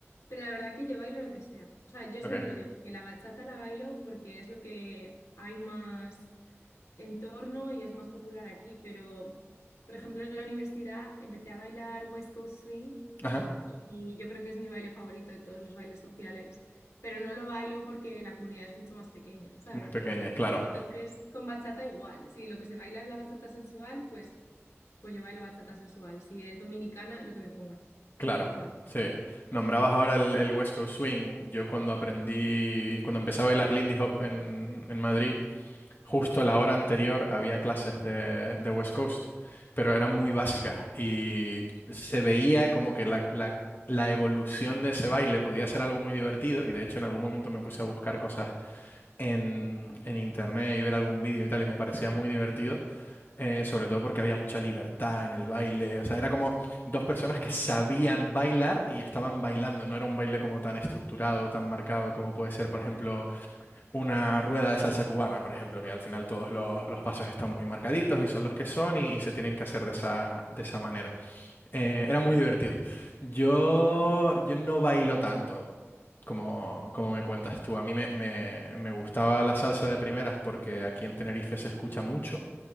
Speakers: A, on the left; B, on the left.
A: pero la verdad que yo bailo lo que sea. O sea, yo
B: Ok.
A: siempre lo digo, que la bachata la bailo porque es lo que hay más en torno y es más popular aquí, pero por ejemplo en la universidad empecé a bailar West Coast Swing
B: Ajá.
A: y yo creo que es mi baile favorito de todos los bailes sociales, pero no lo bailo porque la comunidad es mucho más pequeña, ¿sabes?
B: Muy pequeña, claro,
A: Entonces, con bachata igual. Si lo que se baila es la bachata sensual, pues, pues yo bailo bachata sensual. Si es dominicana, lo que me pongas.
B: claro.
A: Yo me adapto.
B: Sí. Nombrabas ahora el, el West Coast Swing. Yo cuando aprendí, cuando empecé a bailar Lindy Hop en, en Madrid, Justo la hora anterior había clases de, de West Coast, pero eran muy básicas y se veía como que la, la- la evolución de ese baile podía ser algo muy divertido y de hecho en algún momento me puse a buscar cosas en,
A: Sí.
B: en internet y ver algún vídeo y tal y me parecía muy divertido, eh, sobre todo porque había mucha libertad en el baile, o sea, era como dos personas que sabían bailar y estaban bailando, no era un baile como tan estructurado, tan marcado como puede ser, por ejemplo una rueda de salsa cubana, por ejemplo, que al final todos los, los pasos están muy marcaditos y son los que son y, y se tienen que hacer de esa, de esa manera. Eh, era muy divertido. Yo,
A: total.
B: yo no bailo tanto como, como me cuentas tú. A mí me, me, me gustaba la salsa de primeras porque aquí en Tenerife se escucha mucho,